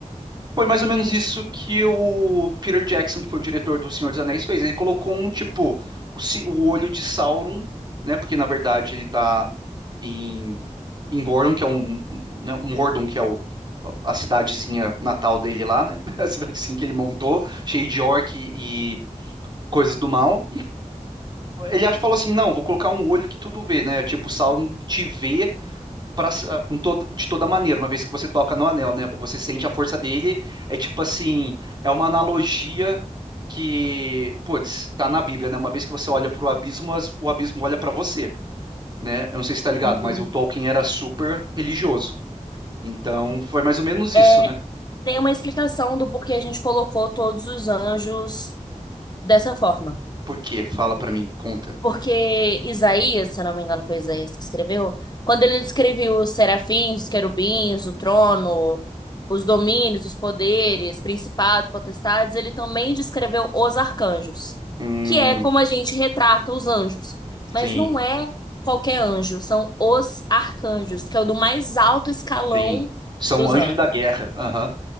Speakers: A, on the right; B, on the left.
A: Foi mais ou menos isso que o Peter Jackson, que foi o diretor do Senhor dos Anéis, fez. Ele colocou um tipo o, ci- o olho de Sauron, né? Porque na verdade ele tá em, em Gordon, que é um, um, né, um Mordor, que é o- a cidadezinha natal dele lá, né? <laughs> A cidadezinha que ele montou, cheia de orc e coisas do mal. E ele ach- falou assim: não, vou colocar um olho que tudo vê, né? Tipo, Sauron te vê pra- em toda- de toda maneira, uma vez que você toca no anel, né? Você sente a força dele, é tipo assim, é uma analogia que, putz, tá na Bíblia, né? Uma vez que você olha pro abismo, as- o abismo olha pra você, né? Eu não sei se tá ligado,
B: Uhum.
A: mas o Tolkien era super religioso. Então, foi mais ou menos isso,
B: É,
A: né?
B: tem uma explicação do porquê a gente colocou todos os anjos dessa forma.
A: Por quê? Fala pra mim, conta.
B: Porque Isaías, se eu não me engano, foi Isaías que escreveu, quando ele descreveu os serafins, os querubins, o trono, os domínios, os poderes, principados, potestades, ele também descreveu os arcanjos,
A: Hum,
B: que é como a gente retrata os anjos. Mas
A: sim,
B: não é qualquer anjo, são os arcanjos, que é o do mais alto escalão
A: sim. São
B: dos
A: anjos
B: anjos.
A: da guerra. Aham.